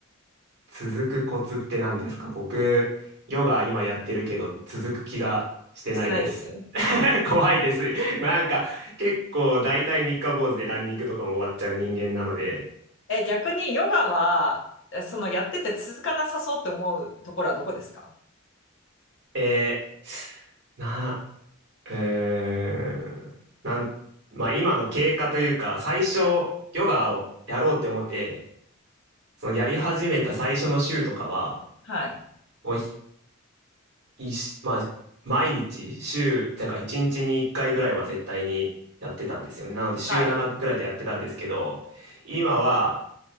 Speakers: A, on the right; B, on the left.
A: 続くコツって何ですか僕、ヨガ今やってるけど、続く気がしてないです。
B: してないです。
A: <laughs> 怖いです。なんか、結構大体三日坊主でランニングとかも終わっちゃう人間なので、
B: え、逆にヨガは、えそのやってて続かなさそうって思うところはどこですか
A: えー、な、えー、なん、まあ今の経過というか、最初、ヨガをやろうって思って、そのやり始めた最初の週とかは、
B: はい。
A: もういし、まあ、毎日、週、だから1日に1回ぐらいは絶対にやってたんですよね。なので、週7ぐらいでやってたんですけど、
B: はい。
A: 今は、